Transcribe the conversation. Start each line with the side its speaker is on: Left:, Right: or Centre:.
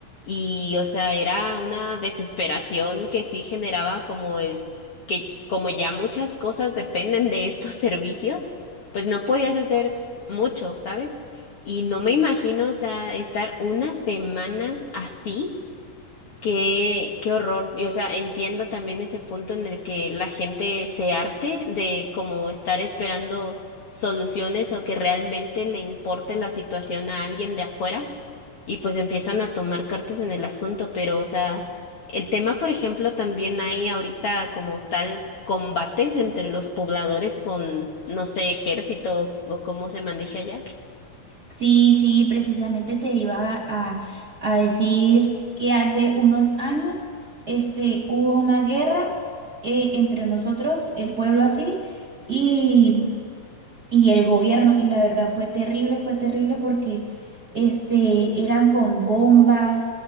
Left: Y, o sea, era una desesperación que sí generaba como el que como ya muchas cosas dependen de estos <laughs> servicios, pues no podías hacer mucho, ¿sabes? Y no me imagino, o sea, estar una semana así, qué, qué horror. Y o sea, entiendo también ese punto en el que la gente se harte de como estar esperando soluciones o que realmente le importe la situación a alguien de afuera y pues empiezan a tomar cartas en el asunto, pero o sea, el tema, por ejemplo, también hay ahorita como tal combates entre los pobladores con, no sé, ejército o cómo se maneja allá.
Right: Sí, sí, precisamente te iba a, a decir que hace unos años este, hubo una guerra eh, entre nosotros, el pueblo así, y, y el gobierno. Y la verdad fue terrible, fue terrible porque este, eran con bombas,